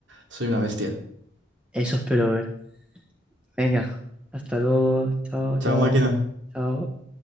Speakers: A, on the right; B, in the centre.
A: soy una bestia.
B: Eso espero ver. Venga, hasta luego. Chao, chao,
A: Chao, máquina.
B: chao.